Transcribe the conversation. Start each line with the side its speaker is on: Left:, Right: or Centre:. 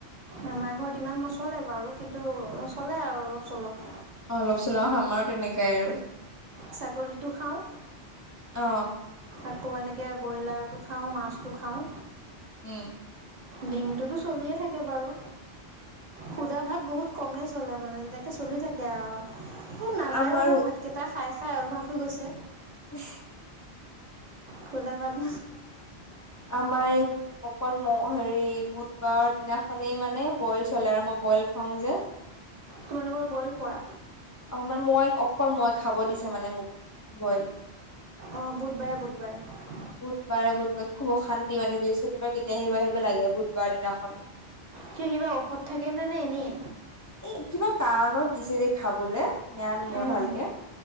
Right: আমাৰ ঘৰত ইমান নচলে বাৰু কিন্তু চলে আৰু অলপ চলপ
Left: অ অলপ চলাও আমাৰো তেনেকাই আৰু
Right: ছাগলীটো খাওঁ
Left: অ
Right: আকৌ এনেকৈ ব্ৰইলাৰটো খাওঁ মাছটো খাওঁ
Left: উম
Right: ডিমটোতো চলিয়ে থাকে বাৰু সুদা
Left: অ
Right: ভাত বহুত কমেই চলে মানে তেনেকে চলি থাকে আৰু নাযায়ও
Left: আমাৰো
Right: ন ভাতকেইটা খাই হা অ ভাগ হৈ গৈছে
Left: উ
Right: খুদা পল
Left: আমাৰ এই অকল ম হেৰি বুধবাৰৰ দিনাখনে মানে বইল চলে আৰু মই বইল খাওঁ যে
Right: তোমালোকৰ বইল খোৱা।
Left: অ মানে মই অকল মই খাব দিছে মানে মোক বইল
Right: অ বুধবাৰে, বুধবাৰে
Left: বুধবাৰে, বুধবাৰে খুব অশান্তি মানে বৃহস্পতিবাৰে কেতিয়া আহিব আহিব লাগে বুধবাৰ দিনাখন
Right: কিয় কিবা ঔষধ থাকেনেে নে এনেই
Left: এ কিবা কাৰণত দিছে দেেই খাবলৈ নন মই
Right: উম,
Left: ভালকে